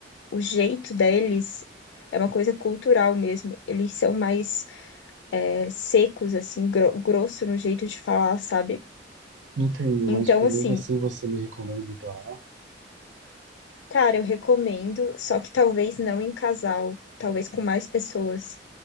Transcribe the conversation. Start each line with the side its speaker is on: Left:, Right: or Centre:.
Left: o jeito deles é uma coisa cultural mesmo. Eles são mais é, secos assim, gro- grosso no jeito de falar, sabe?
Right: entendo,
Left: Então
Right: mas, tipo, mesmo
Left: assim,
Right: assim você me recomenda ir pra lá?
Left: cara, eu recomendo, só que talvez não em casal, talvez com mais pessoas,